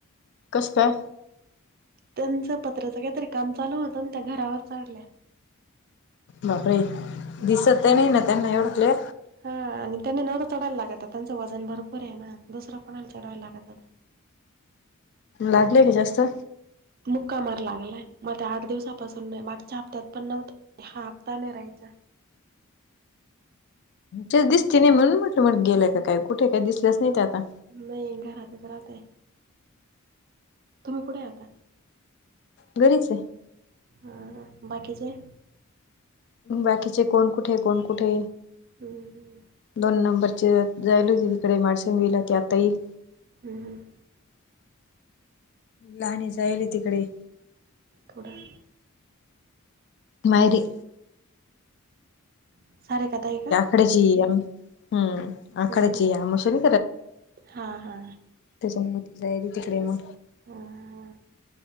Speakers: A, on the left; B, on the right.
A: कसं काय
B: त्यांचं पत्रचं काहीतरी काम चालू होतं ना त्या घरावर चाढल्या
A: बापरे
B: हम्म
A: दिसत त्यां नाही ना त्यांना एवढकले
B: हा आणि त्यांनी नव तर चढायला लागत त्यांचं वजन भरपूर आहे ना दुसर कोणाला चढायला लागत
A: लागलेय का जास्ते
B: मुक्कामार लागलाय मग ते आठ दिवसापासून नाही माग छापतात पण नव्हत हापता न राहायचा
A: तेच दिसती नाही म्हणून म्हटलं मग गेले काय कुठे काही दिसल्याच नाही ते आता
B: नाही घरातच राहतय तुम्ही कुठे आता
A: घरीच
B: ह बाकीचे
A: बाकीचे कोण कुठे कोण कुठे
B: हम्म,
A: दोन नंबरचे जायल हो त इिकडे मडश गेलाी आता येईल
B: हम
A: लहान जायल आहे तिकडे
B: कोड आहे
A: माहेरी
B: <unintelligible>
A: आखडेची हम्म
B: हम्म,
A: आखडेचीयामशा
B: हा हा
A: सनमतीच आहे त तिकडे मग
B: ह